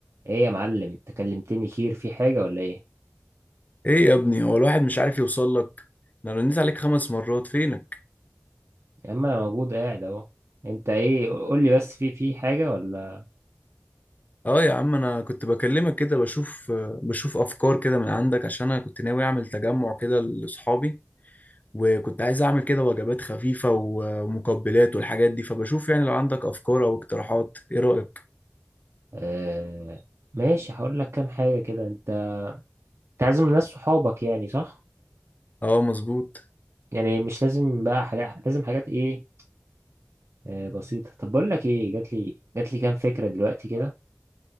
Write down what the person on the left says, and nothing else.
ايه يا ابني هو الواحد مش عارف يوصل لك انا رنيت عليك خمس مرات فينك
اه يا عم انا كنت بكلمك كده بشوف بشوف افكار كده من عندك عشان انا كنت ناوي اعمل تجمع كده لاصحابي وكنت عايز اعمل كده وجبات خفيفة و- ومقبلات والحاجات دي فبشوف يعني لو عندك افكار او اقتراحات ايه رأيك
اه مظبوط